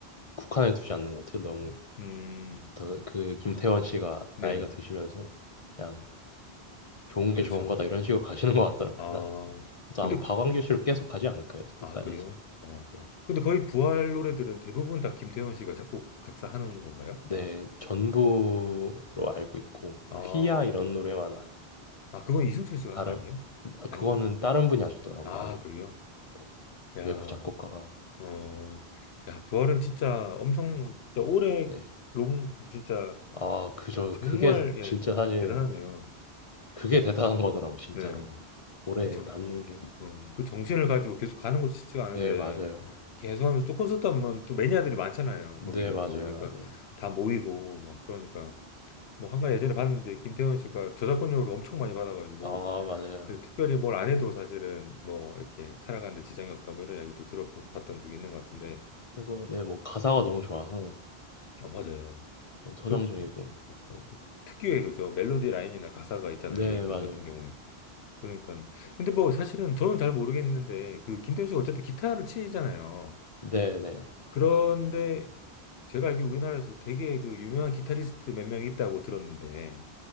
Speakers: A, on the left; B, on the left.
A: 국한해 두지 않는 것 같아요. 너무,
B: 음, 음,
A: 더, 그, 김태원 씨가
B: 네네.
A: 나이가 드시면서, 그냥, 좋은
B: 그렇죠.
A: 게 좋은 거다, 이런 식으로 가시는 것 같더라고요,
B: 아,
A: 나중에. 그래서
B: 근데
A: 아마 박완규 씨로 계속 가지 않을까요? 끝까지
B: 아, 그래요?
A: 이제.
B: 어.
A: 네.
B: 근데 거의 부활 노래들은 대부분 다 김태현 씨가 작곡, 작사하는 건가요?
A: 네, 전부로 알고 있고 뭐
B: 아,
A: 희야 이런 노래만 아-
B: 아, 그건 이승철 씨가
A: 다른
B: 한 거 아니에요?
A: 아, 그거는
B: 아닌가?
A: 다른 분이 하셨더라고요.
B: 아,
A: 아예.
B: 그래요?
A: 네.
B: 야,
A: 외부 작곡가가
B: 어, 야, 부활은 진짜 엄청, 진짜 오래,
A: 네.
B: 롱, 진짜
A: 아, 그저
B: 정말,
A: 그게
B: 예,
A: 진짜 사실
B: 대단하네요.
A: 그게 대단한 거더라고 진짜로.
B: 네,
A: 오래
B: 그쵸.
A: 남는 게.
B: 음, 그 정신을 가지고 계속 가는 것도 쉽지가 않은데,
A: 네, 맞아요.
B: 계속 하면서 또 콘서트 하면 또 매니아들이 많잖아요.
A: 네,
B: 거기는
A: 맞아요.
B: 또. 그러니까
A: 맞아요.
B: 다 모이고, 막 그러니까. 뭐 한간 예전에 봤는데 김태원 씨가 저작권료를 엄청 많이 받아가지고
A: 아, 맞아요.
B: 근데 특별히 뭘 안 해도 사실은 뭐 이렇게 살아가는데 지장이 없다 뭐 이런 이야기도 들어봤던 적이 있는 것 같은데
A: 그리고 네, 뭐 가사가 너무 좋아서
B: 아 맞아요
A: 너무 서정적이고.
B: 그 맞아요.
A: 네.
B: 특유의 그죠 멜로디 라인이나 가사가 있잖아요
A: 네,
B: 이분
A: 맞아요.
B: 같은 경우는 그러니까 근데 뭐 사실은 저는 잘 모르겠는데 그 김태원 씨가 어쨌든 기타를 치잖아요
A: 네, 네.
B: 그런데 제가 알기로 우리나라에서 되게 그 유명한 기타리스트 몇 명이 있다고 들었는데